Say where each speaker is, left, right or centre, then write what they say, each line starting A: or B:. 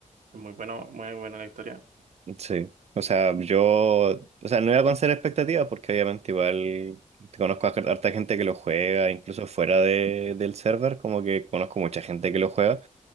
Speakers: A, on the right; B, on the right.
A: Es muy bueno, muy buena la historia.
B: Sí, o sea, yo, o sea, no iba con cero expectativas porque obviamente igual conozco a harta gente que lo juega, incluso fuera de, del server, como que conozco mucha gente que lo juega,